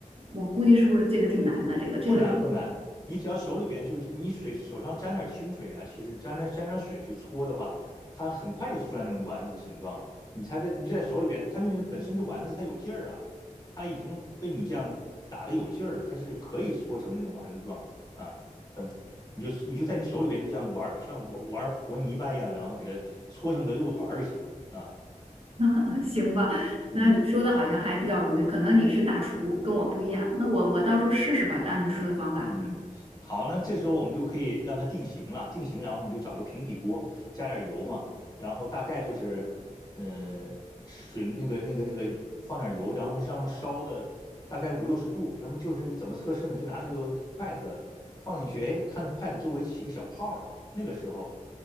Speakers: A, on the right (about 45°); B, on the left (about 25°).
A: 我估计是不是这个挺难的？这个这个。
B: 不难不难，你只要手里边就是你水手上沾点清水啊，其实沾点沾点水去搓的话，它很快就出来那种丸子的形状了。你它这你就在手里边，它因为本身这丸子它有劲儿啊，它已经被你这样打的有劲儿了，它是可以搓成那种丸子状的啊，很你就你就在你手里边就这样玩儿，像玩玩和泥巴一样，然后给它搓成个肉团儿就行了啊，
A: <laughs> 行吧，
B: 嗯。
A: 那你说的好像还比较容易，可能你是大厨，跟我不一样。那我我到时候试试吧，按你说的方法。
B: 嗯，好，那这时候我们就可以让它定型了，定型，然后你就找个平底锅，加点油嘛，然后大概就是，呃，水那个那个那个放点油，然后让烧的大概五六十度。那么就是你怎么测试呢？就拿那个筷子放进去，哎，看那筷子周围起个小泡儿了，那个时候